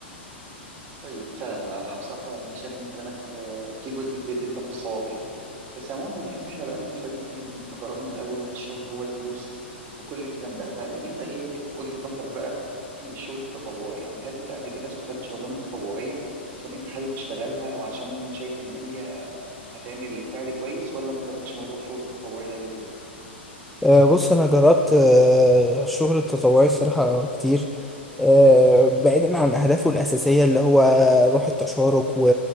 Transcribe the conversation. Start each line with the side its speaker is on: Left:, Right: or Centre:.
Right: طيب فعلا انا بصراحه يعني شايف ان كلامك آه، فيه جزء كبير جدا من الصواب يعني بس عموما بما ان احنا بقالنا شويه بنتكلم ان احنا غرضنا الاول من الشغل هو الفلوس وكل الكلام ده فهل انت ايه وجهه نظرك بقى في الشغل التطوعي يعني هل انت قبل كده اشتغلت شغلانه تطوعيه عشان انت حابب تشتغلها او عشان شايف ان هي هتعمل فعل كويس ولا ما جربتش موضوع الشغل التطوعي ده قبل كده
Centre: آه، بص انا جربت آه، الشغل التطوعي الصراحه كتير آه، بعيدا عن اهدافه الاساسيه اللي هو روح التشارك و-